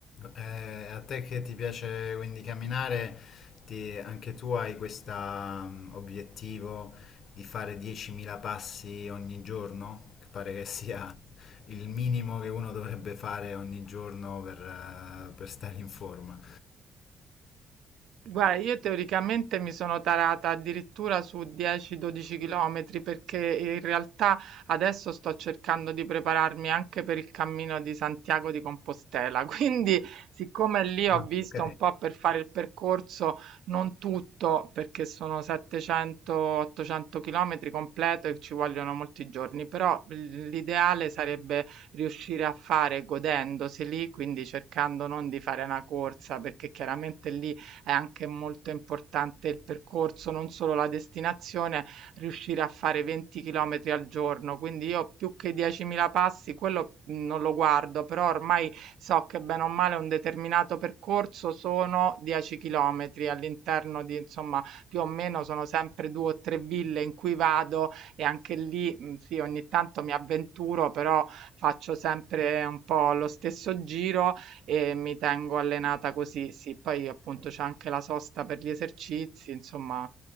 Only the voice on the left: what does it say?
Eh, a te che ti piace quindi camminare, ti- anche tu hai questo obiettivo di fare 10.000 passi ogni giorno, che pare che sia il minimo che uno dovrebbe fare ogni giorno per, eh, per stare in forma.
Ah,
ok.